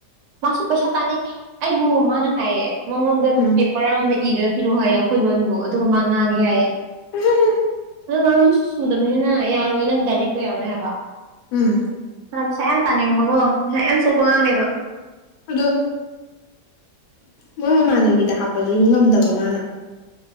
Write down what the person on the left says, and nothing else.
ꯎꯝ
ꯎꯝ ꯍꯨꯝ <unintelligible>
ꯎꯝ
ꯑꯗꯣ ꯃꯣꯏ ꯃꯃꯥꯟꯅꯕꯤꯗ ꯍꯥꯞꯄꯁꯨ ꯉꯝꯗꯕ ꯃꯥꯅ